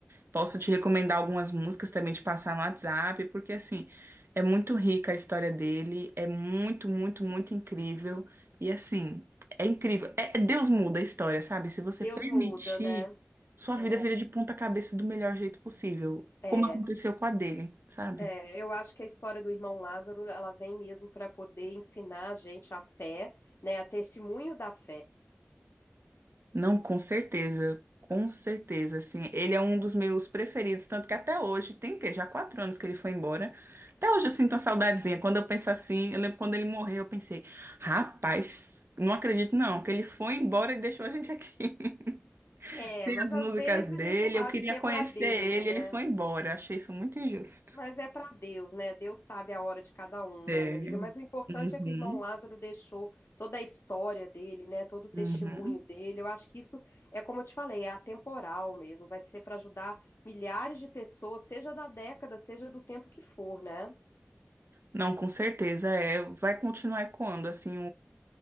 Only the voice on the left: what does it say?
Deus
muda, né?
É,
é,
é, eu acho que a história do irmão Lázaro, ela vem mesmo para poder ensinar a gente a fé, né? A testemunho da fé.
É,
mas
às
vezes
a gente sabe
que é
para Deus,
né?
Mas é para Deus, né? Deus sabe a hora de cada um,
né, minha amiga? Mas o importante
é que o irmão Lázaro deixou toda a história dele, né? Todo o testemunho
dele. Eu acho que isso é, como eu te falei, é atemporal mesmo. Vai ser para ajudar milhares de pessoas, seja da década, seja do tempo que for, né?